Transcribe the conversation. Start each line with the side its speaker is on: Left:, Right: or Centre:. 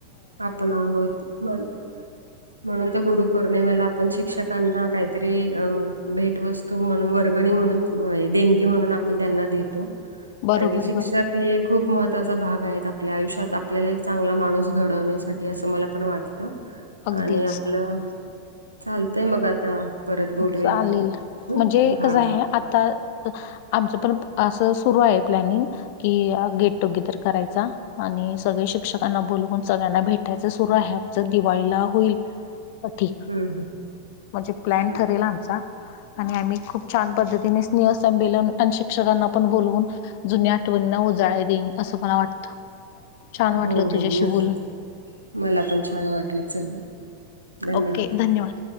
Right: आपण आहोत बर. म्हणून तर गुरु पौर्णिमेला आपण शिक्षकांना काहीतरी अ भेटवस्तु म्हणून वर्गणी म्हणून देणगी म्हणून आपण त्यांना देतो.
Left: बरोबर
Right: कारण की शिक्षक
Left: बरोबर
Right: हे खूप महत्त्वाचा भाग आहेत. आपल्या आयुष्यात आपल्याला एक चांगला माणूस -- घडवण्यासाठी अस मला पण वाटत
Left: अगदीच.
Right: आणि आपलं -- चालतय मग आता परत बोलूया
Left: चालेल
Right: आपण.
Left: म्हणजे
Right: हा.
Left: कसं आहे आता आमचं पण असं सुरू आहे प्लॅनिंग. कि गेट टुगेदर करायचा. आणि सगळे शिक्षकांना बोलवून सगळ्यांना भेटायचं सुरू आहे. <unintelligible> दिवाळीला होईल. ह ठीक.
Right: हम्म हम्म
Left: म्हणजे प्लॅन
Right: चालेल
Left: ठरेल आ -- मचा आणि आम्ही खूप छान पद्धतीने स्नेह संमेलन आणि शिक्षकांना पण बोलवून -- जुन्या आठवणींना उजाळ्या देईन असं मला वाटतं छान वाटलं
Right: हो
Left: तुझ्याशी
Right: हो नक्कीच
Left: बोल
Right: मला पण छान वाटलं चल धन्यवाद.
Left: ओके. धन्यवाद.